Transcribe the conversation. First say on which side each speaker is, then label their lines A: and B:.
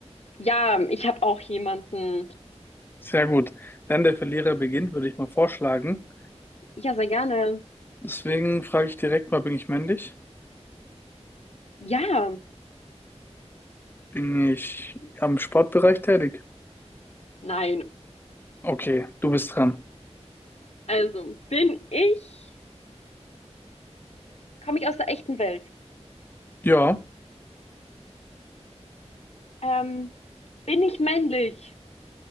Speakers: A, on the left (about 65°); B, on the left (about 20°).
A: ja, ich habe auch jemanden.
B: Sehr gut. Dann der Verlierer beginnt, würde ich mal vorschlagen.
A: Ja, sehr gerne.
B: Deswegen frage ich direkt mal, bin ich männlich?
A: Ja,
B: Bin ich am Sportbereich tätig?
A: nein.
B: Okay, du bist dran.
A: Also, bin ich, komme ich aus der echten Welt?
B: Ja,
A: Ähm, bin ich männlich?